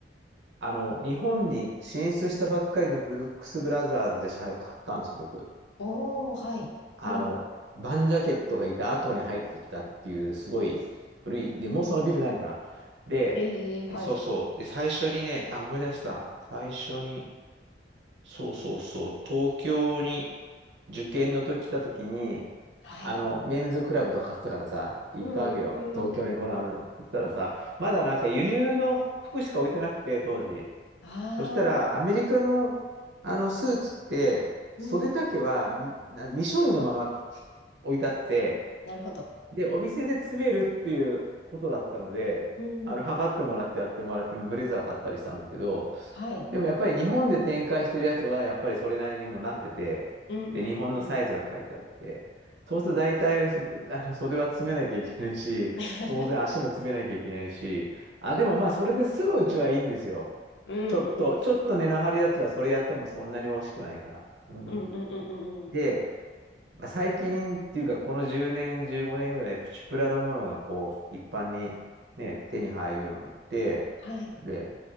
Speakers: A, on the right; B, on the left.
A: あの、日本に進出したばっかりのブルックス・ブラザーズで最後買ったんです、僕。
B: おお、はい。
A: あの、
B: うん。
A: バンジャケットがいた後に入ってきたっていう、すごい古い、で、もうそのビルないのかな。で、
B: ええ、はい。
A: で、そうそう。で、最初にね、あ、思い出した。最初に、そうそうそう、東京に受験の時来た時に、
B: はい。
A: あの、メンズクラブとか買ってたからさ、行ったわけよ。
B: うんうんうん。
A: 東京にこんなのあるんだって。そしたらさ、まだなんか輸入の服しか置いてなくて、当時。
B: ああ、
A: そしたら、アメリカの、あのスーツって、
B: うん。
A: 袖丈はみな未処理のまま置いてあって、
B: なるほど。
A: で、お店で詰めるっていうことだったので、
B: うん。
A: あの、測ってもらってやってもらって、ブレザー買ったりしたんだけど、
B: はい。
A: でもやっぱり日本で展開してるやつは、やっぱりそれなりにもなってて、
B: うんうんうんうん。
A: で、日本のサイズが書いてあって、そうすると大体、すあの、袖は詰めなきゃいけないし、
B: <laughs>
A: 当然足も詰めなきゃいけないし、あ、
B: はい。
A: でもまあ、それで済むうちはいいんですよ。
B: うんうん
A: ちょっと、ちょっと根の張るやつはそれやってもそんなに惜しくないから。うん。
B: うんうんうんうんうん。
A: で、まあ最近っていうか、この10年、15年ぐらい、プチプラのものがこう、一般にね、手に入るようになって、
B: はい。
A: で、